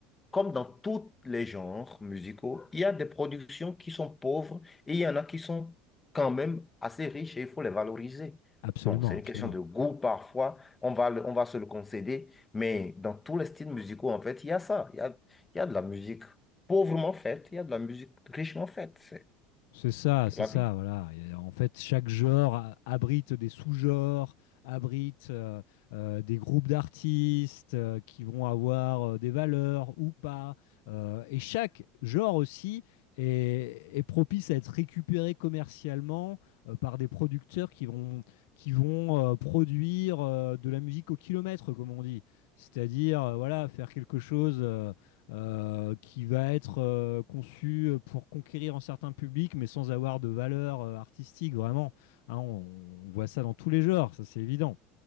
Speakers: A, on the left; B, on the left.
A: comme dans tous les genres musicaux, il y a des productions qui sont pauvres et il y en a qui sont quand même assez riches et il faut les valoriser.
B: Absolument,
A: Bon, c'est
B: absolument.
A: une question de goût parfois, on va, le- on va se le concéder, mais dans tous les styles musicaux, en fait, il y a ça. Il y a, il y a de la musique pauvrement faite, il y a de la musique richement faite. C'est
B: C'est ça, c'est
A: la
B: ça,
A: vie.
B: voilà. Et euh, en fait, chaque genre a- abrite des sous-genres, abrite euh, euh, des groupes d'artistes euh, qui vont avoir euh, des valeurs ou pas. Euh, et chaque genre aussi est, est propice à être récupéré commercialement euh, par des producteurs qui vont, qui vont euh, produire euh, de la musique au kilomètre, comme on dit. C'est-à-dire, euh, voilà, faire quelque chose. euh, euh, qui va être euh, conçu euh, pour conquérir un certain public, mais sans avoir de valeur euh, artistique, vraiment. Hein, on, on voit ça dans tous les genres, ça c'est évident.